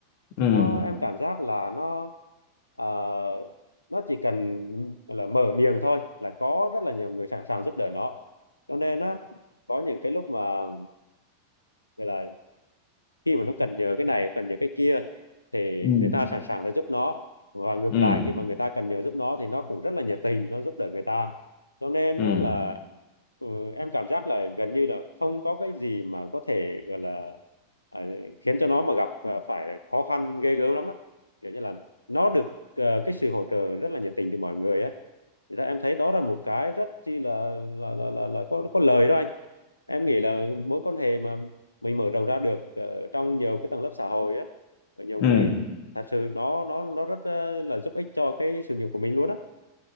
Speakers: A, on the left; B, on the left.
A: ừ,
B: Nó em cảm giác là nó ờ, nó chỉ cần là mở miệng thôi là có rất là nhiều người sẵn sàng giúp đỡ nó cho nên á có những cái lúc mà gọi là khi mà nó cần nhờ cái này cần nhờ cái kia thì
A: ừ,
B: người ta sẵn sàng để giúp nó và ngược
A: ừ,
B: lại khi mà người ta cần nhờ giúp nó thì nó cũng rất là nhiệt tình nó giúp đỡ người ta cho nên
A: ừ,
B: nó là ừ, em cảm giác là gần như là không có cái gì mà có thể gọi là à, khiến cho nó mà gặp à, phải khó khăn ghê gớm lắm á kiểu như là nó được ờ, cái sự hỗ trợ rất là nhiệt tình từ mọi người á Thì ra em thấy đó là một cái rất chi là là là là, là có có lời đó anh em nghĩ là mối quan hệ mà mình mở rộng ra được ờ, trong nhiều cái tầng lớp xã hội á ở nhiều người
A: ừ.
B: thật sự nó nó nó rất ờ, là giúp ích cho cái sự nghiệp của mình luôn á